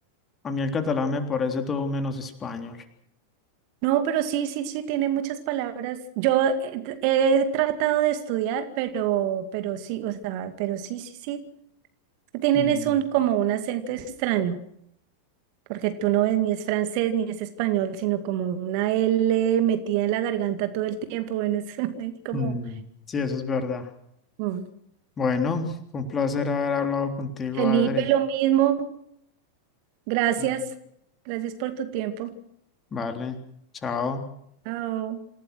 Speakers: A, on the left; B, on the right.
A: a mí el catalán me parece todo menos español.
B: No, pero sí, sí, sí, tiene muchas palabras. Yo he, t- he tratado de estudiar, pero, pero sí, o sea, pero sí, sí, sí. Tienen
A: Mm,
B: es un, como un acento extraño. Porque tú no ves ni es francés ni es español, sino como una L metida en la garganta todo el tiempo. Bueno, es <laughs> ahí como
A: mm, sí, eso es verdad.
B: mm.
A: Bueno, fue un placer haber hablado contigo,
B: Felipe,
A: Adri.
B: lo mismo. Gracias.
A: Bueno.
B: Gracias por tu tiempo.
A: Vale, chao.
B: Chao.